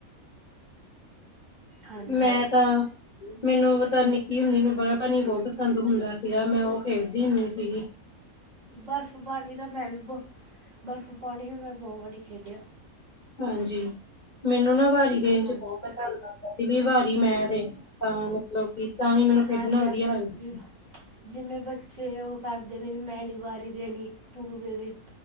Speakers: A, on the right (about 55°); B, on the left (about 45°).
A: ਹਾਂਜੀ,
B: ਮੈਂ ਤਾਂ ਮੈਨੂੰ ਪਤਾ ਨਿੱਕੀ ਹੁੰਦੀ ਨੂੰ ਬਰਫ ਪਾਨੀ ਬੋਤ ਪਸੰਦ ਹੁੰਦਾ ਸੀਗਾ ਮੈਂ ਓ ਖੇਡਦੀ ਹੁੰਦੀ ਸੀਗੀ।
A: ਬਰਫ਼ ਪਾਣੀ ਤਾਂ ਮੈਂ ਵੀ ਬਹੁ, ਬਰਫ਼ ਪਾਣੀ ਵੀ ਮੈਂ ਬਹੁ ਵਾਰੀ ਖੇਡੇਆ।
B: ਹਾਂਜੀ, ਮੈਨੂੰ ਨਾ ਵਾਰੀ ਦੇਨ ਚ
A: ਹਾਂਜੀ
B: ਬਹੁ ਮਜ਼ਾ ਆਂਦਾ। ਵੀ ਵਾਰੀ ਮੈਂ ਦੇ ਤਾਂ ਮਤਲਬ ਕੇ ਤਾਂਹੀ ਮੈਨੂੰ ਖੇਡਨਾ
A: ਹਾਂਜੀ
B: ਵਦੀਆ
A: ਆ
B: ਲੱਗਦਾ ਸੀ।
A: ਵੀ ਜਿਵੇਂ ਬੱਚੇ ਓਹ ਕਰਦੇ ਨੇ ਵੀ ਮੈਂ ਨੀ ਵਾਰੀ ਦੇਨੀ ਤੂੰ ਦੇ-ਦੇ।